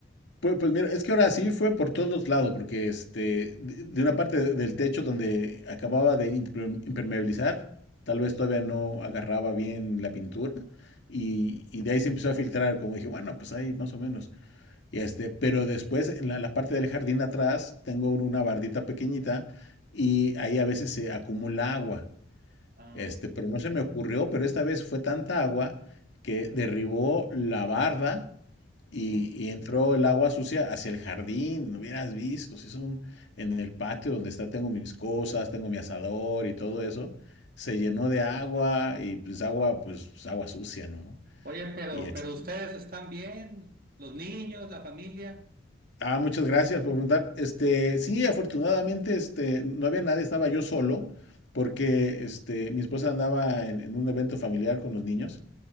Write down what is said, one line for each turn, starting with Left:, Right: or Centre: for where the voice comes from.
Left: Pues, pues mira, es que ahora sí fue por todos lados, porque este, de de una parte de- del techo donde acababa de imperme- impermeabilizar, tal vez todavía no agarraba bien la pintura, y, y de ahí se empezó a filtrar, como dije, bueno, pues ahí más o menos. Y este, pero después en la, la parte del jardín atrás tengo un- una bardita pequeñita y ahí a veces se acumula agua.
Right: Ah,
Left: Este, pero
Right: sí.
Left: no se me ocurrió, pero esta vez fue tanta agua que derribó la barda Y,
Right: Uh.
Left: y entró el agua sucia hacia el jardín, no hubieras visto, si es un, en el patio donde está, tengo mis cosas, tengo mi asador y todo eso, se llenó de agua y pues agua, pues agua sucia, ¿no?
Right: Oye, pero,
Left: Y es-
Right: pero ustedes están bien, los niños, la familia.
Left: ah, muchas gracias por preguntar. Este, sí, afortunadamente, este, no había nadie, estaba yo solo, porque este, mi esposa andaba en, en un evento familiar con los niños